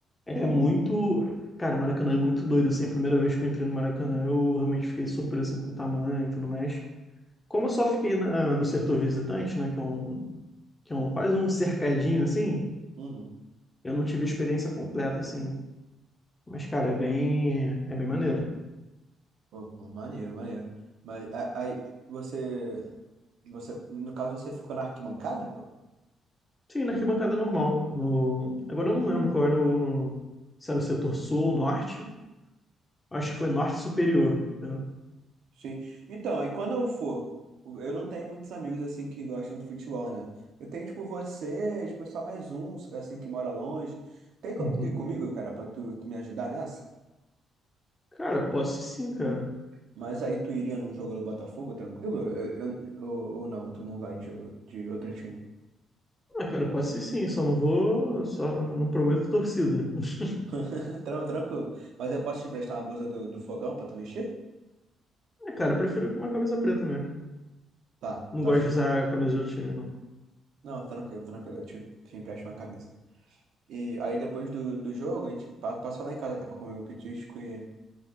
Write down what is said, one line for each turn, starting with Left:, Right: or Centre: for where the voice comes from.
Left: é muito. Cara, Maracanã é muito doido, assim. A primeira vez que eu entrei no Maracanã, eu realmente fiquei surpreso, assim, com o tamanho e tudo mais. Como eu só fiquei na- no setor visitante, né, que é um, que é um quase um cercadinho, assim,
Right: Uhum.
Left: eu não tive a experiência completa, assim. Mas, cara, é bem, é bem maneiro.
Right: Pô, pô, maneiro, maneiro. Mas a- aí você, você, no caso, você ficou na arquibancada?
Left: Sim, na arquibancada normal. No... Agora eu não lembro qual era o. Se era o setor sul ou norte. Acho que
Right: Ah,
Left: foi norte superior, entendeu?
Right: Sim. Então, aí quando eu for, eu não tenho muitos amigos assim que gostam de futebol, né? Eu tenho tipo você, tipo só mais um, assim que mora longe. Tem como
Left: Uhum.
Right: ter comigo, cara, pra tu, tu me ajudar nessa?
Left: Cara, posso sim, cara.
Right: Mas aí tu iria num jogo do Botafogo, tranquilo? Eu, eu- ou, ou não, tu não vai em jogo de outro time.
Left: Ah, cara, pode ser sim, só não vou. Só não prometo torcida. <laughs>
Right: <laughs> Tran- Tranquilo. Mas eu posso te emprestar uma blusa do, do Fogão pra tu vestir?
Left: É, cara, eu prefiro com uma camisa preta mesmo.
Right: Tá,
Left: Não
Right: tá
Left: gosto
Right: show.
Left: de usar a camisa de outro time, não.
Right: Não, tranquilo, tranquilo. Eu te, te empresto uma camisa. E aí depois do, do jogo, a gente pa- passa lá em casa até pra comer um petisco e,